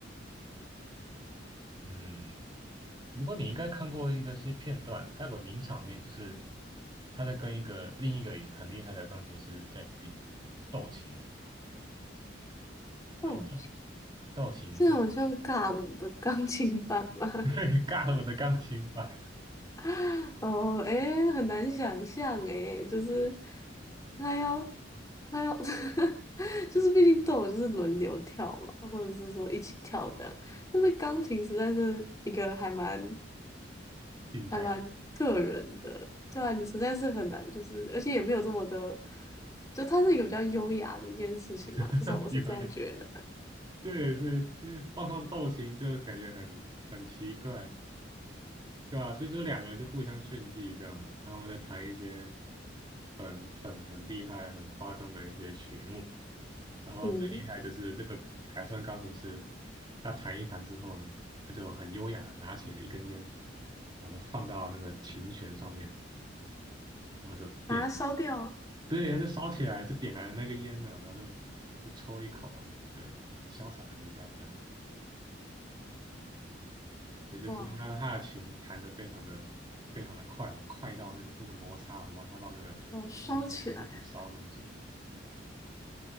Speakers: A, on the right; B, on the left.
A: 嗯，不过你应该看过一个些片段，他有个名场面，就是他在跟一个另一个也很厉害的钢琴师在比斗琴。然后斗
B: 哦，
A: 道琴就
B: 这好像尬舞的钢琴版吗？
A: <laughs> 尬了我的钢琴吧，
B: <laughs> 哦，诶，很难想象诶，就是他要他要，<laughs> 就是毕竟都有就是轮流跳嘛，或者是说一起跳这样，但是钢琴实在是一个还蛮
A: 静态
B: 还蛮个人的，对啊，你实在是很难，就是而且也没有这么的，就它是一个比较优雅的一件事情嘛，
A: <laughs>
B: 至少我是这样觉得。
A: 有有，对，所以因为放上道琴就感觉很很奇怪，对吧、所以就两个人就互相炫技这样，然后再弹一些很很很厉害、很夸张的一些曲目，然后最厉害就是这个海上钢琴师，
B: 嗯，
A: 他弹一弹之后呢，他就很优雅的拿起了一根烟，然后就放到那个琴弦上面，那么就点
B: 把它烧掉，
A: 对，他就烧起来，就点燃了那个烟了，然后就就抽一口，我就潇洒的离开，这样。也就是他他的琴弹得非常的非常的快，
B: 哇，
A: 快到那个那个摩擦摩擦到那个琴弦都可以烧东西。
B: 要烧起来。